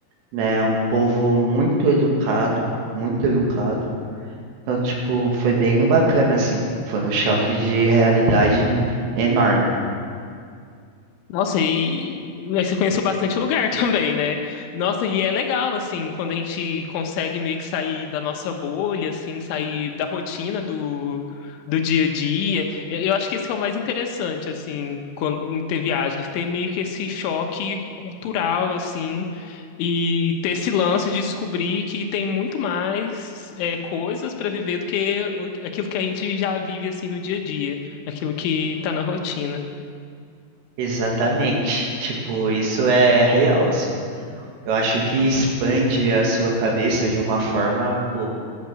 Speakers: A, on the right (about 75°); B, on the left (about 75°).
A: né? É um povo muito educado, muito educado. Então, tipo, foi bem bacana, assim. Foi um choque de realidade enorme.
B: Nossa, e mas você conheceu bastante lugar <laughs> também, né? Nossa, e é legal, assim, quando a gente consegue meio que sair da nossa bolha, assim, sair da rotina do, do dia a dia. Eu, eu acho que esse é o mais interessante, assim, quando, em ter viagem, ter meio que esse choque cultural, assim, e ter esse lance de descobrir que tem muito mais é, coisas para viver do que o- aquilo que a gente já vive, assim, no dia a dia, aquilo que tá na rotina.
A: Exatamente. Tipo, isso é real, assim. Eu acho que expande a sua cabeça de uma forma, pô,